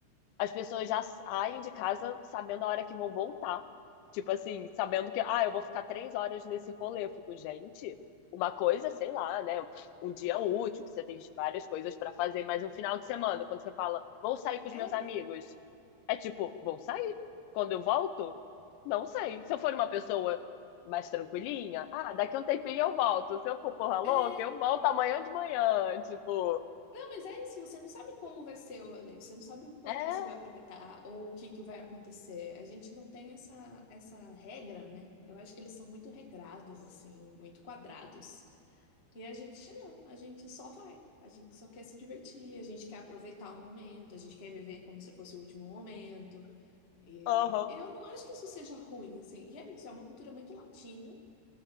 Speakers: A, on the left; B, on the left.
A: as pessoas já saem de casa sabendo a hora que vão voltar. Tipo assim, sabendo que, ah, eu vou ficar três horas nesse rolê. Eu fico, gente, uma coisa, sei lá, né? Um dia útil, que você tem várias coisas pra fazer, mas um final de semana, quando você fala, vou sair com os
B: É,
A: meus amigos, é tipo, vou sair. Quando eu volto, não sei. Se eu for uma pessoa mais tranquilinha, ah, daqui a um tempinho eu volto. Se eu for porra louca,
B: é.
A: eu volto amanhã de manhã. Tipo,
B: Não, mas é isso, você não sabe como vai ser o rolê, você não sabe o quanto
A: é,
B: você vai aproveitar ou o que que vai acontecer. A gente não tem essa, essa regra, né? Eu acho que eles são muito regrados, assim, muito quadrados. E a gente não, a gente só vai, a gente só quer se divertir, a gente quer aproveitar o momento, a gente quer viver como se fosse o último momento. E
A: aham.
B: eu não acho que isso seja ruim, assim. E é isso, é uma cultura muito latina,